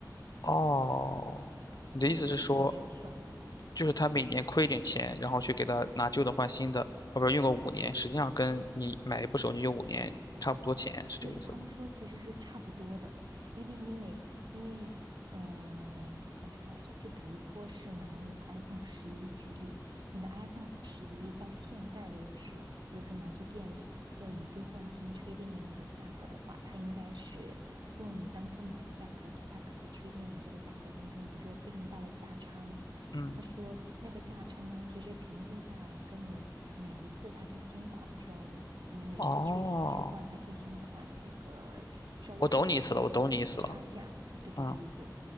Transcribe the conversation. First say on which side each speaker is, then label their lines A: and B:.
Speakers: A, on the left; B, on the right.
A: 哦，你的意思是说，
B: 但我具体没有算过。
A: 就是他每年亏一点钱，然后去给他拿旧的换新的，后边用个五年，实际上跟你买一部手机用五年差不多钱，是这个意思吗？
B: 对，他们说其实是差不多的，因为你每，因为，嗯、呃叫什么来着？就比如说是拿你的 iPhone 十一举例，你的 iPhone 十一到现在为止，就是说拿去店里要以旧换新确定那个价格的话，它应该是用你当初买的价格减，它可以确定这个价格当中不是有非常大的价差吗？
A: 嗯，
B: 他说那个价差呢，其实平均下来，跟你每一次他出新款的时候，你你每一次缺点你去换它最新款的那个稍微补的那个价差价，
A: 哦，我懂你意思了，我懂你意思了，
B: 哎，对对对对对，
A: 嗯，